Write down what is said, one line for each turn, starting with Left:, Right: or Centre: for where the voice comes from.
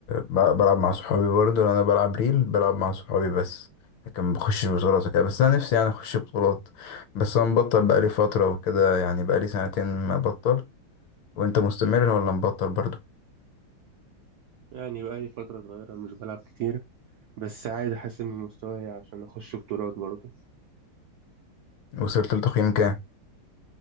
Left: ب- بلعب مع صحابي برضو انا بلعب ريل بلعب مع صحابي بس لكن ما بخشش بطولات وكده بس انا نفسي يعني اخش بطولات بس انا مبطل بقالي فترة وكده يعني بقالي سنتين مبطل وانت مستمر ولا مبطل برضو
Right: يعني بقالي فترة صغيرة مش بلعب كتير بس عايز أحسن من مستواي عشان أخش بطولات برضه
Left: وصلت لتقييم كام